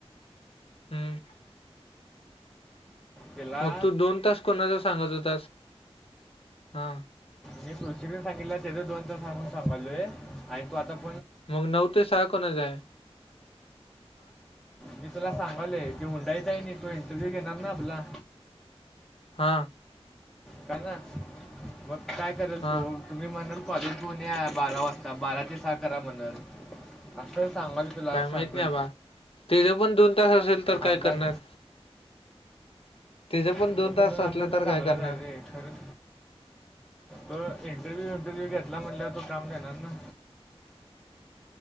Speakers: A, on the left; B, in the centre.
A: हम्म
B: तिला
A: मग तू दोन तास कोणाचा सांगात होतास. हा
B: मी सृशिकने सांगितलं तेथ दोन तास सांगून सांभालोय आणि तू आता <unintelligible>
A: मग नऊ ते सहा कोणाच आहे.
B: मी तुला सांगाल ती हुंडाईच आहे ना तू इंटरव्ह्यू घेणार ना आपला,
A: हा
B: का ना मग काय करेल
A: हा
B: तो तुम्ही म्हणाल कॉलेज गुणे बारा वाजता बारा ते सहा करा म्हण असं सांगाल तुला
A: काय
B: सांगल
A: माहीत नाही बा तिथे पण दोन तास असेल तर
B: अंदाज
A: काय करणार. तिचं
B: पण
A: दोन तास
B: असल्या
A: असलं
B: तर चांगलंच
A: काय करणार
B: आहे र खरं त इंटरव्हू इंटरव्ह्यू घेतला म्हणल्यावर तो काम देणार ना.